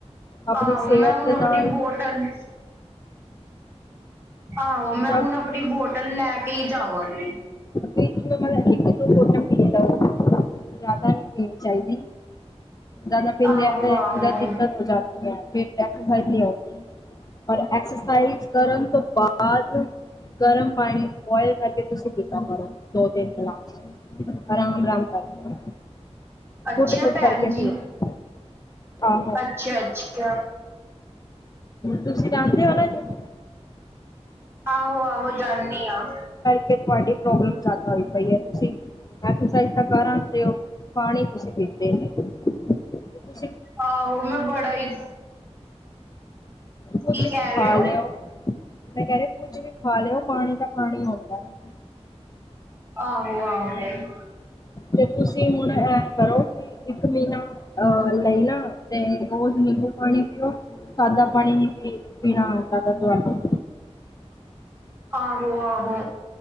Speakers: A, on the left; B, on the right.
A: ਆਪਨੀ
B: ਆਹੋ
A: ਸੇਅਤ
B: ਮੈਂ ਹੁਣ
A: ਦੇ
B: ਆਪਣੀ
A: ਨਾਲ
B: ਬੋਟਲ ਆਹੋ, ਮੈ
A: ਜਬ
B: ਹੁਨ ਆਪਣੀ ਬੋਟਲ ਲੈ ਕੇ ਈ ਜਾਵਾਂਗੀ।
A: <unintelligible> ਜਆਦਾ ਨੀ ਪੀਨੀ ਚਾਈਦੀ। ਜਆਦਾ ਪੀਂਦੇ
B: ਆਹੋ
A: ਆ ਤੇ
B: ਆਹੋ
A: ਅੰਦਰ ਦਿੱਕਤ ਹੋ ਜਾਂਦੀ ਐ ਫੇ ਐਕਸਰਸਾਈਜ਼ ਨੀ ਹੋਂਦੀ ਪਰ ਐਕਸਰਸਾਈਜ਼ ਕਰਨ ਤੋਂ ਬਾਅ ਬਾਅਦ ਗਰਮ ਪਾਣੀ ਬੋਆਇਲ ਕਰਕੇ ਤੁਸੀ ਪੀਤਾ ਹੋਣਾ ਦੋ-ਤਿੰਨ ਗਲਾਸ। ਆਰਾਮ-ਰਾਮ ਕਰਕੇ
B: ਅੱਛਾ
A: ਘੁੱਟ-ਘੁੱਟ
B: ਭੈਣ
A: ਕਰਕੇ
B: ਜੀ
A: ਪੀਓ। ਆਹੋ,
B: ਅੱਛਾ ਅੱਛਾ
A: ਤੁਸੀ ਜਾਨਦੇ ਓ ਨਾ ਜਿੰਮ?
B: ਆਹੋ-ਆਹੋ ਜਾਨੀ ਆਂ।
A: ਤੁਆਡੀ ਪ੍ਰੋਬਲਮ ਜਿਆਦਾ ਹੋਈ ਪਈ ਐ ਤੁਸੀ ਐਕਸਰਸਾਈਜ਼ ਤਾਂ ਕਰ ਆਂਦੇ ਓ ਪਾਣੀ ਤੁਸੀ ਪੀਤੇ ਨੀ ਤੇ ਤੁਸੀ
B: ਆਹੋ, ਮੈ ਬੜਾ ਈ
A: ਕੁਝ
B: ਕੀ
A: ਵੀ
B: ਕਹਿ ਰਹੇ
A: ਖਾ
B: ਹੋ
A: ਲਿਓ। ਮੈਂ ਕੈ ਰੀ ਕੁੱਝ ਵੀ ਖਾ ਲਿਓ ਪਾਣੀ ਤਾ ਪਾਣੀ ਹੁੰਦਾ ਐ।
B: ਆਹੋ ਆਹੋ
A: ਤੇ ਤੁਸੀ ਹੁਣ ਐਂ ਕਰੋ ਕਿ ਇੱਕ ਮੀਨਾ ਅ ਲਈ ਨਾ ਤੇ ਰੋਜ ਨਿੰਬੂ ਪਾਣੀ ਪੀਓ। ਸਾਦਾ ਪਾਣੀ ਨੀ ਪੀ ਪੀਣਾ ਜ਼ਾਦਾ ਤੁਆਨੂੰ।
B: ਆਹੋ-ਆਹੋ।